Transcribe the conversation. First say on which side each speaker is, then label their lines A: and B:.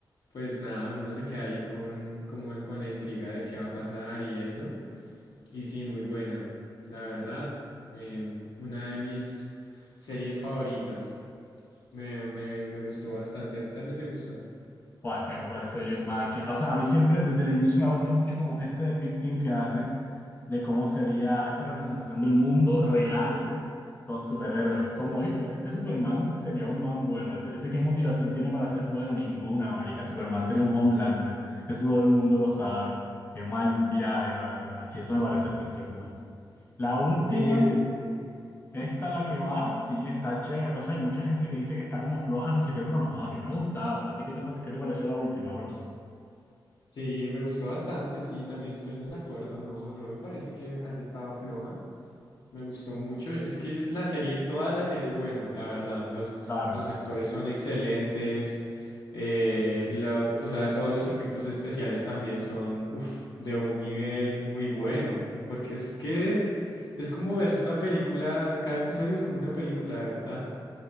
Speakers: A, on the left; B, on the left.
A: pues nada, uno se queda ahí con, como el, con la intriga de qué va a pasar y eso. Y sí, muy buena, la verdad, em, una de mis series favoritas. Me, me, me gustó bastante. ¿A ti también te gusta?
B: Pues que a mí me parece bien mal. que- O sea, a mí siempre, desde el inicio me gusta mucho como este depicting que hacen de cómo sería esta representación del mundo real con superhéroes. Es como, hey, ¿tú crees que Superman sería un man bueno? ¿Ese, ese qué motivación tiene para ser bueno? Ninguna, marica. Superman sería un Homelander. Eso todo el mundo lo sabe. Qué mal viaje, la verdad. Y eso me parece espectacular. La última,
A: Sí, sí.
B: esta la que va, sí, está chévere. O sea, hay mucha gente que dice que está como floja, no sé qué, pero no joda, a mí me ha gustado. ¿A ti qué te, pa- qué te pareció la última, bro?
A: Sí, me gustó bastante, sí, también estoy en desacuerdo, no, no me parece que haya estado floja, me gustó mucho, es que la serie, toda la serie es buena, la verdad, los,
B: Claro.
A: los actores son excelentes, eh, la- o sea, todos los efectos especiales también son, uf, de un nivel muy bueno, porque es, es que es como verse una película, cada episodio es como una película, de verdad,